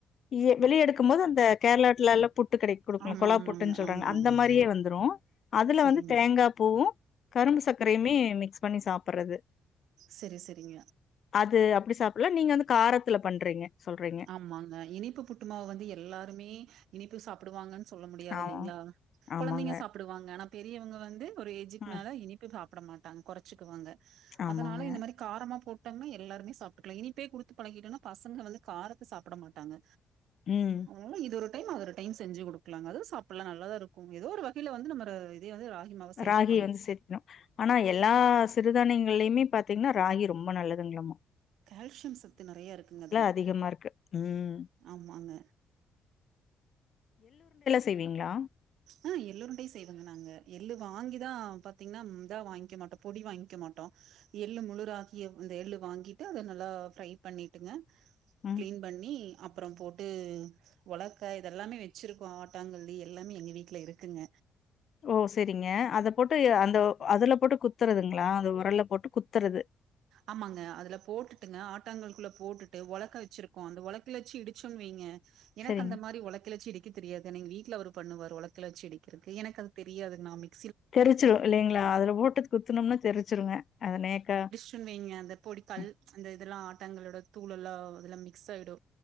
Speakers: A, on the left (about 55°); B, on the right (about 80°).
A: இய வெளில எடுக்கும்மோது அந்த கேர்ளாட்லல்லா புட்டு கெடைக் குடுக்குனு
B: ஆமா
A: கொலா
B: ஆமாங்க
A: புட்டுன் சொல்றாங்க
B: ஆமா
A: அந்த
B: ஆமா
A: மாரியே வந்துரு அதுல
B: செரிங்க
A: வந்து தேங்கா பூவு கரும்பு சக் ப்யே மிக்ஸ் பண்ணி சாப் பறது
B: செரி செரிங்க
A: அது அப் ப்டி சாப்பல்லா நீங்க வந்து காரத்துல பண்றீங்க சொல்றீங்க
B: ஆமாங்க இனிப்பு புட்டுமாவு வந்து எல்லாருமே இனிப்பு சாப் புடுவாங்கன் சொல்ல முடியாது
A: ஆமா
B: இல்லிங்ளா
A: ஆமாங்க
B: கொழந்தைங்க சாப்பிடுவாங்க ஆனாப் பெரியவங்க வந்து ஒரு ஏஜுக்
A: ம்
B: மேல இனிப்பே சாப் பட மாட்டாங்க கொறச்சிக்குவாங்க
A: ஆமாங்க
B: அதனால இந்த மாரி காரமா போட் டாங்ன்னா எல்லாருமே சாப்ட்டுக்கலா இனிப்பே குடுத்து பழக்கிட்டோன்னா பசங்க வந்து காரத்த சாப்பட மாட்டாங்க
A: ம்
B: அவுங்கலா இது ஒரு டைம் அது ஒரு டைம் செஞ்சு குடுக்லாங் அது சாப்பல்லா நல்ல தா இருக்கூ எதோ ஒரு வகையில வந்து நம்ம ர இதயே வந்து ராகி மாவ சேர்த்துக்கணும்.
A: ராகிய வந்து சேத்துணு ஆனா எல்லா சிறுதானியங்கள்லயுமே பாத் தீங்ன்னா ராகி ரொம்ப நல்லதுங்களாம்மா
B: கேல்சியம் சத்து நெறைய இருக்குங்க அதுல
A: அதிகமா இருக்கு ம்
B: ஆமாங்க
A: செய்வீங்ளா
B: அ எள்ளு உருண்டையு செய்வங்க நாங்க எள்ளு வாங்கிதா பாத்திங்ன்னா ம் இதா வாய்ங்க்க மாட்டோ பொடி வாய்ங்க்க மாட்டோ எள்ளு முழு ராகிய வ் இந்த எள்ளு வாங்கிட்டு அத நல்லா ஃப்ரை பண்ணீட்டுங்க
A: ம்
B: கிளீன் பண்ணி அப்பறம் போட்டு ஒலக்க இதெல்லாமே வெச்சிருக்கோ ஆட்டாங்கல்லு எல்லாமே எங்க வீ வீட்ல இருக்குங்க
A: ஓ செரிங்க அத போட்டு அ அந்த அதுல போட்டு குத்துறதுங்ளா அந்த உரல்ல போட்டு குத்தறது
B: ஆமாங்க அதுல போட்டுட்டுங்க ஆட்டாங்கல்க்குள்ள போட்டுட்டு ஒலக் க வெச்சிருக்கோ அந்த ஒலக்ல வெச்சி இடி சொன் வெய்ங்க எனக்கு
A: செரிங்க
B: அந்த மாரி ஒலக்கில வெச்சு இடி க்க தெரியாது ஆனா எங்க வீட்ல அவரு பண்ணுவாரு ஒலக்கைல வெச்சி இடிக்கறக்கு எனக்கு அது தெரியாதுங் நா மிக்
A: தெரிச்சிரு இல்லைங்ளா அதுல போட்டு குத்துனம்னா தெரிச்சிருங்க அத நேக்கா
B: ட்டுன் வெய்ங்க அந்த பொடி கல்
A: ம்,
B: ப்ச் அந்த இதெல்லா ஆட்டங்கல்லோட தூளல்லா அதுல மிக்ஸ் ஆய்டு